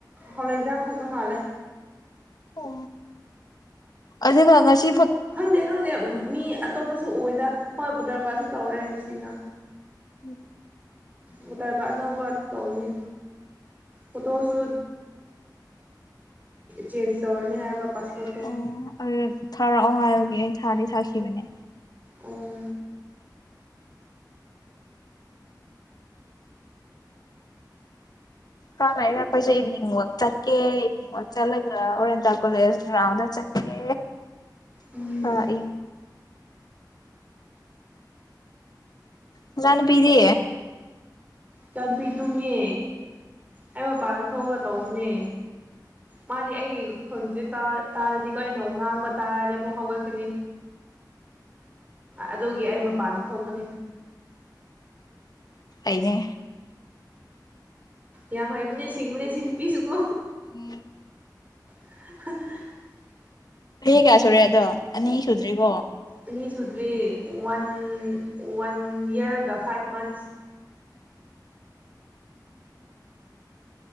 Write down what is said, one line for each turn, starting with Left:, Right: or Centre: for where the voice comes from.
Right: ꯍꯂꯏꯖꯥꯡ ꯈꯛꯇ ꯃꯥꯜꯂꯦ
Left: ꯑꯣ ꯑꯗꯨ ꯍꯉꯁꯤ
Right: ꯈꯪꯗꯦ ꯈꯪꯗꯦ ꯃꯤ ꯑꯇꯣꯞꯄꯁꯨ ꯎꯗ ꯍꯣꯏꯕꯨ ꯇꯔꯀꯥꯁꯨ ꯇꯧꯔꯛꯑꯦ ꯃꯁꯤꯅ
Left: ꯎꯝ
Right: ꯕꯣꯇꯥꯔ ꯀꯥꯔꯗ ꯑꯅꯧꯕ ꯇꯧꯅꯤ ꯐꯣꯇꯣꯁꯨ ꯆꯦꯟꯖ ꯇꯧꯔꯅꯤ ꯍꯥꯏꯕ ꯄꯥꯁꯄꯣꯔꯠꯇꯣ
Left: ꯑꯣ ꯑꯗꯨ ꯊꯥꯔꯛꯑꯣ ꯍꯥꯏꯔꯒꯦ ꯊꯥꯗꯤ ꯁꯥꯥꯈꯤꯕꯅꯦ
Right: ꯑꯣ
Left: ꯍ ꯂꯥꯏꯒꯈꯣꯏꯁꯁꯨ ꯏꯚꯅꯤꯡ ꯋꯥꯛ ꯆ ꯀꯦ ꯆꯠꯂꯒ ꯑꯣꯔꯦꯟꯇꯥ ꯀꯣꯂꯦꯖ ꯒ꯭ꯔꯥꯎꯟꯗ ꯆꯠꯀꯦ
Right: ꯎꯝ
Left: ꯑ ꯏ ꯃꯆꯥꯅꯨꯄꯤꯗꯤ
Right: ꯇꯥꯟꯄꯤ ꯇꯨꯝꯃꯦ ꯑꯩ ꯃꯄꯥꯟꯗ ꯊꯣꯛꯑꯒ ꯇꯧꯕꯅꯦ ꯃꯥꯗꯤ ꯑꯩ ꯈꯨꯟꯁꯦ ꯇꯥꯔꯗꯤꯀꯣ ꯑꯩꯅ ꯑꯃꯨꯛ ꯉꯥꯡꯕ ꯇꯥꯔꯗꯤ ꯑꯃꯨꯛ ꯍꯧꯒꯠꯀꯅꯤ ꯑꯗꯨꯒꯤ ꯑꯩ ꯃꯄꯥꯟꯗ ꯊꯣꯛꯄꯅꯤ
Left: ꯑꯅꯦ
Right: ꯌꯥꯝ ꯍꯩꯕꯅꯦ ꯁꯤꯡꯕꯅꯦ ꯁꯤꯅꯨꯄꯤꯁꯦ ꯀꯣ
Left: ꯎꯝ
Right: <inaudible>
Left: ꯀꯔꯤ ꯀꯌꯥ ꯁꯨꯔꯦ ꯑꯗꯣ ꯑꯅꯤ ꯁꯨꯗ꯭ꯔꯤꯔꯤꯕꯣ
Right: ꯑꯅꯤ ꯁꯨꯗ꯭ꯔꯔꯤ ꯋꯥꯟ ꯋꯥꯟ ꯌꯔꯒ ꯐꯥꯏꯚ ꯃꯁ